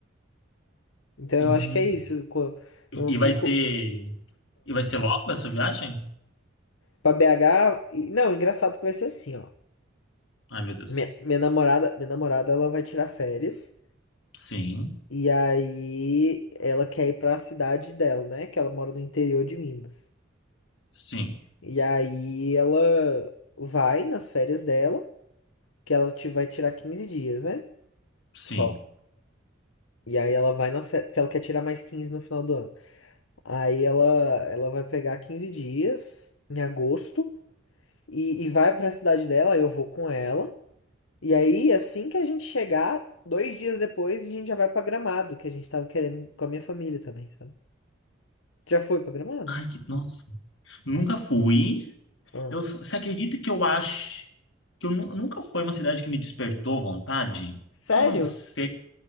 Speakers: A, on the left; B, on the left.
A: Então eu
B: Hum.
A: acho que é isso, co- uns
B: E
A: cinco
B: vai ser, e vai ser logo essa viagem?
A: Pra BH. e- Não, engraçado que vai ser assim, ó.
B: Ai, meu Deus.
A: Minha, minha namorada, minha namorada, ela vai tirar férias.
B: Sim,
A: E aí ela quer ir pra cidade dela, né? Que ela mora no interior de Minas.
B: sim,
A: E aí ela vai nas férias dela, que ela ti- vai tirar 15 dias, né?
B: sim.
A: Só. E aí ela vai nas férias, porque ela quer tirar mais 15 no final do ano. Aí ela, ela vai pegar 15 dias em agosto e, e vai pra cidade dela, eu vou com ela. E aí, assim que a gente chegar, dois dias depois, a gente já vai pra Gramado, que a gente tava querendo com a minha família também, sabe? Já foi pra Gramado?
B: Ai, que nossa. Nunca fui.
A: Ah.
B: Eu, você acredita que eu acho que eu nu- nunca foi uma cidade que me despertou vontade?
A: Sério?
B: Eu não sei.